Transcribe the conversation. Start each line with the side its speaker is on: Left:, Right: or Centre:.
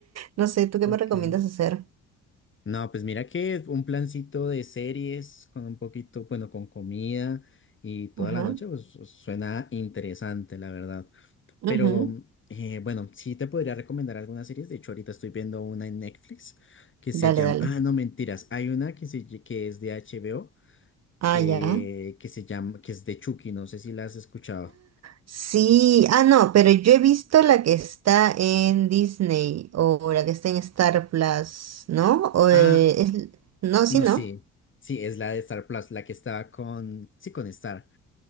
Right: No sé, ¿tú qué
Left: Ok.
Right: me recomiendas hacer?
Left: No, pues mira que un plancito de series con un poquito, bueno, con comida y toda
Right: Ajá,
Left: la noche, pues pues, suena interesante, la verdad.
Right: ujú,
Left: Pero eh, bueno, sí te podría recomendar algunas series. De hecho, ahorita estoy viendo una en Netflix que se
Right: Dale,
Left: llama,
Right: dale.
Left: ah, no, mentiras, hay una que, se ll- que es de HBO
Right: Ah,
Left: que,
Right: ya.
Left: que se llama, que es de Chucky, no sé si la has escuchado.
Right: Sí, ah, no, pero yo he visto la que está en Disney o la que está en Star Plus, ¿no? O,
Left: Ah,
Right: eh, es- No, sí,
Left: no,
Right: no.
Left: sí, sí, es la de Star Plus, la que estaba con, sí, con Star.